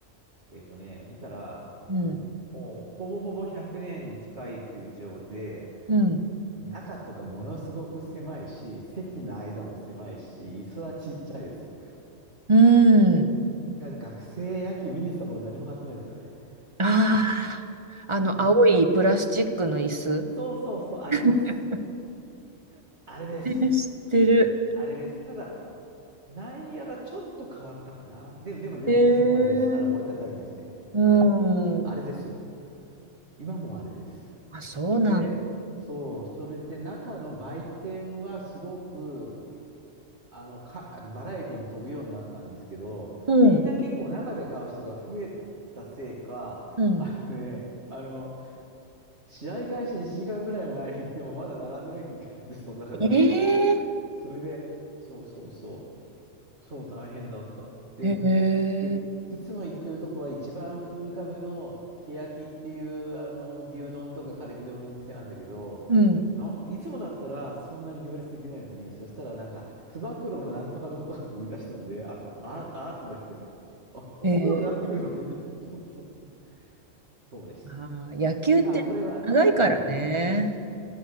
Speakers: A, on the right; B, on the right.
A: えっとね、見たら、
B: うん、
A: もうほぼほぼ100年に近い球場で、
B: うん、
A: 中とかものすごく狭いし、席の間も狭いし、椅子はちっちゃいです。だ
B: うん。
A: から学生野球見に来た頃何も買ってないですからね。
B: ああ、
A: うん、
B: あの、
A: その、
B: 青いプラスチックの椅子。
A: そうそうそう、あれです。
B: <laughs>
A: あれです。
B: え知ってる。
A: あれです。ただ、内野がちょっと変わったかな。でも、でも、でも基本あれです。
B: えー、
A: あの、折りたたみですね。
B: う
A: あれ。あれですよ。
B: ん。
A: 今もあれです。
B: あ、そうなん。
A: で、そう、それで中の売店はすごく、あの、か、バラエティに飛ぶようになったんですけど、
B: うん、
A: みんな結構中で買う人が増えたせいか、
B: うん。
A: あのね、あの、試合開始1時間ぐらい前に行ってもまだ並んでなきゃいけなくて、その中であの、
B: ええ
A: それで、そうそうそう、そう大変だった。で、
B: ーへ
A: で、
B: え、
A: いつも行ってるとこは一番古株のけやきっていうあの牛丼とかカルビ丼のお店なんだけど、
B: うん。
A: な、いつもだったらそんなに行列できないのに、そしたらなんか、つば九郎のなんとか丼とかも売り出したんで、あの、あ、あとか言って、あ、ここまで並ぶのみたいな。
B: ええ
A: そうそうそう。そうでした。
B: あー野球って長いからね。
A: まあ、それは、うん、